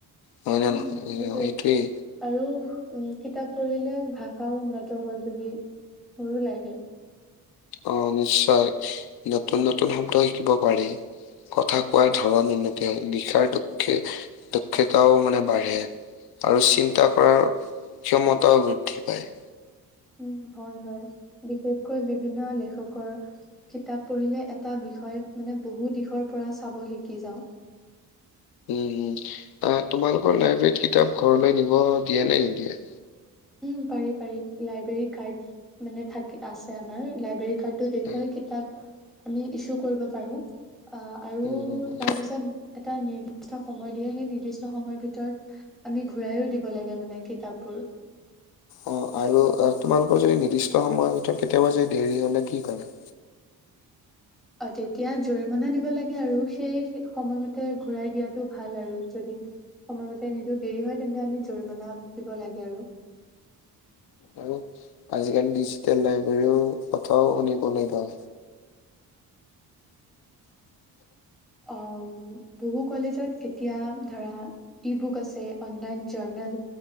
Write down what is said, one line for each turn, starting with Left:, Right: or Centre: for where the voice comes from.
Left: হয় নে
Centre: উম,
Left: নহয়
Centre: এইটোৱে
Left: এইটোৱেই
Centre: আৰু উম কিতাপ পঢ়িলে ভাষাও উন্নত হয় বুলি মোৰো লাগে।
Left: অ, নিশ্চয়। নতুন নতুন শব্দ শিকিব পাৰি। কথা কোৱাৰ ধৰণ, উন্নতি <unintelligible> লিখাৰ দক্ষ দক্ষতাও মানে বাঢ়ে। আৰু চিন্তা কৰাৰ ক্ষমতাও বৃদ্ধি পায়।
Centre: উম হয়, হয়। বিশেষকৈ বিভিন্ন লেখকৰ কিতাপ পঢ়িলে এটা বিষয়ত মানে বহু দিশৰ পৰা চাব শিকি যাওঁ।
Left: উম, উম। আ তোমালোকৰ লাইব্ৰেৰীত কিতাপ ঘৰলৈ নিব দিয়ে নে নিদিয়ে?
Centre: উম, পাৰি, পাৰি। লাইব্ৰেৰী কাৰ্ড মানে থাকে আছে আমাৰ। লাইব্ৰেৰী কাৰ্ড টো দেখুৱাই
Left: উম
Centre: কিতাপ আমি ইছু কৰিব পাৰো আ আৰু
Left: উম উম উম।
Centre: তাৰপিছত এটা নিৰ্দিষ্ট সময় দিয়ে, সেই নিৰ্দিষ্ট সময়ৰ ভিতৰত আমি ঘূৰাইও দিব লাগে মানে কিতাপবোৰ।
Left: অ, আৰু আ তোমালোকৰ যদি নিৰ্দিষ্ট সময়ৰ ভিতৰত কেতিয়াবা যদি দেৰি হ'লে কি কৰে?
Centre: অ, তেতিয়া জৰিমনা দিব লাগে আৰু সেই সময়মতে ঘূৰাই দিয়াটো ভাল আৰু যদি সময়মতে নিদো দেৰি হয় তেন্তে আমি জৰিমনা দিব লাগে আৰু।
Left: আৰু? আজি-কালি ডিজিটেল লাইব্ৰেৰীও কথাও শুনিবলে পাও। <inaudible>
Centre: অ, বহু কলেজত এতিয়া ধৰা ই বুক আছে, অনলাইন জাৰ্নল